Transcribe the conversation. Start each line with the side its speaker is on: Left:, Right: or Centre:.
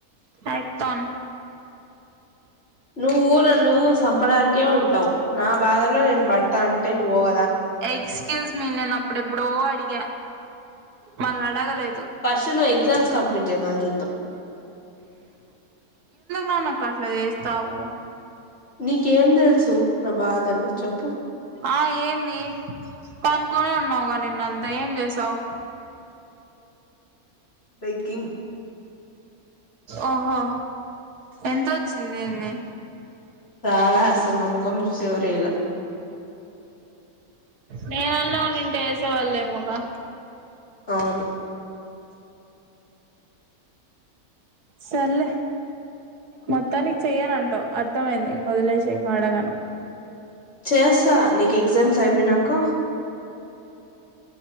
Right: యాక్టోన్
Left: నువ్వు నన్ను సంపడానికే ఉంటావు నా బాధలో నేను పడతా అంటే నువ్వు పోగ
Right: ఎక్స్క్యూజ్ మీ నేను అప్పుడు ఎప్పుడో అడిగా మళ్ళీ అడగలేదు
Left: ఫస్ట్ లో ఎగ్జామ్స్ కంప్లీట్ చెయ్ మళ్ళీ చూద్దాం
Right: నానాకాట్లా వేస్తావు
Left: నీకేం తెలుసు నా బాధలు చెప్పు
Right: ఆ ఏంది పంకొనే ఉన్నా ఉన్నావ్గా నిన్న అంతా ఏం చేసావు
Left: బెగ్గింగ్
Right: ఓహో ఎంతోచిందేంది
Left: రాలా అసలు నా మొఖం చూసేవరేలా
Right: నేనన్నా ఉన్నింటే వేసేవాళ్ళేమొగా
Left: అవును
Right: సర్లే మొత్తానికి చెయ్యనంటావు అర్థమైంది ఇంక వదిలేసి ఇంకా అడగాను
Left: చేస్తా నీకు ఎగ్జామ్స్ అయిపోయినాక